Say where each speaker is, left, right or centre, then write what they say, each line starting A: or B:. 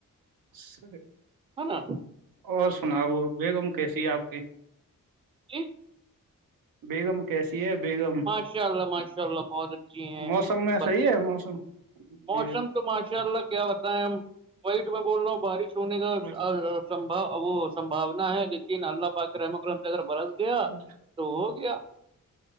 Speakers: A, on the right (about 80°); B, on the right (about 15°).
A: سر
B: ہے نا
A: اور سناؤ بیگم کیسی ہے آپ کی <unintelligible>
B: ا <unintelligible>
A: بیگم کیسی ہے بیگم
B: ماشاء اللہ ماشاء اللہ بہت اچھی ہیں
A: موسم میں
B: بچ
A: صحیح ہے موسم
B: موسم
A: جی
B: تو ماشاء اللہ کیا بتائے ہم وائٹ میں بول رہا ہوں بارش ہونے کا
A: بس
B: سبھا وہ سبانا ہے لیکن اللہ پاک کرم کرم سے اگر برس <unintelligible> گیا
A: بس
B: تو ہو گیا <unintelligible>